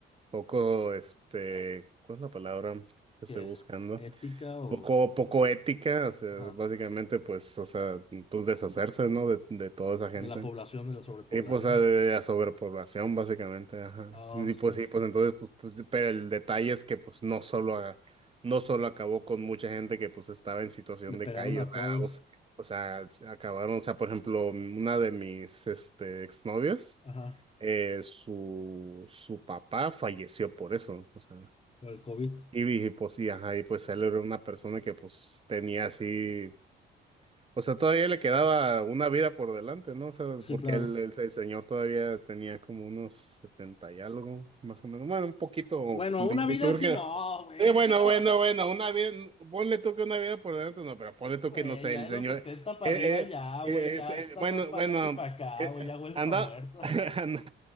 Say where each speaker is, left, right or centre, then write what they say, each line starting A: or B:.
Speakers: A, on the right; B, on the left.
A: poco, este, ¿cuál es la palabra que
B: que
A: estoy buscando?
B: ética o
A: Poco, poco ética, o sea,
B: ajá,
A: básicamente, pues, o sea, pues, deshacerse, ¿no? De, de toda esa gente.
B: de la población, de la sobrepoblación.
A: Sí, pues, o sea, de de la sobrepoblación, básicamente, ajá.
B: Ah,
A: Sí,
B: sí.
A: pues sí, pues entonces, pues, pues, sí, pero el detalle es que, pues, no solo, haga- no solo acabó con mucha gente que, pues, estaba en situación
B: Le
A: de
B: pegaron
A: calle,
B: a
A: o sea,
B: todos,
A: o, s- o sea, s- acabaron, o sea, por ejemplo, una de mis, este, exnovios,
B: ajá,
A: eh, su, su papá falleció por eso, o sea,
B: por el COVID.
A: y, y, pues, sí, ajá, y pues él era una persona que, pues, tenía así, o sea, todavía le quedaba una vida por delante, ¿no? O sea,
B: Sí,
A: porque
B: claro.
A: el, el, el señor todavía tenía como unos 70 y algo, más o menos. Bueno, un poquito,
B: Bueno,
A: de,
B: una
A: de-
B: vida
A: yo
B: así
A: creo que era-
B: no, güey.
A: eh,
B: <laughs>
A: bueno,
B: no.
A: bueno, bueno, una vida, ponle tú que una vida por delante, no, pero ponle tú
B: Güey,
A: que, no sé,
B: ya
A: el
B: de
A: señor,
B: los 70
A: eh,
B: para
A: eh,
B: arriba ya,
A: eh,
B: güey, ya
A: es- eh,
B: estás
A: bueno,
B: más para
A: bueno,
B: allá que para acá,
A: eh,
B: güey,
A: eh,
B: ya hueles
A: anda,
B: a muerto.
A: <laughs> anda-